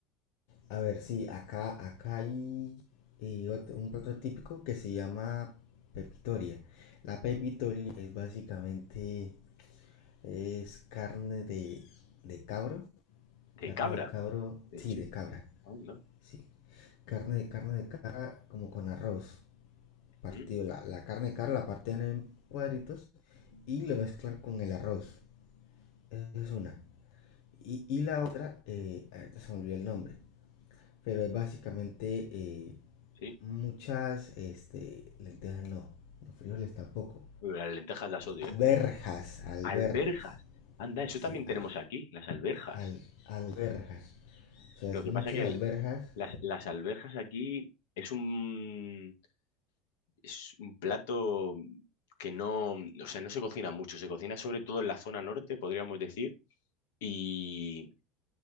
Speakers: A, on the left (about 70°); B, on the left (about 85°).
A: A ver, sí, acá, acá hay y otro- un plato típico que se llama pepitoria. La pepitoria es básicamente, es carne de, de cabro, carne
B: De cabra,
A: de cabro,
B: de
A: sí,
B: chip.
A: de cabra,
B: Anda.
A: sí. Carne de carne de cabra como con arroz, partido,
B: ¿Mm?
A: la, la carne de cabra la parten en cuadritos y lo mezclan con el arroz. Esa es una. Y, y la otra, eh, ahorita se me olvidó el nombre, pero es básicamente eh,
B: Sí.
A: muchas este, lentejas, no, los frijoles tampoco.
B: Uy, Las lentejas las odio,
A: Alberjas,
B: ¿eh?
A: alberjas,
B: Alberjas. Anda, eso
A: sí,
B: también
A: al,
B: tenemos aquí, las alberjas.
A: al- alberjas. O sea,
B: Lo
A: es
B: que
A: muchas
B: pasa que
A: alberjas.
B: el- las, las alberjas aquí es un, es un plato que no, o sea, no se cocina mucho, se cocina sobre todo en la zona norte, podríamos decir, y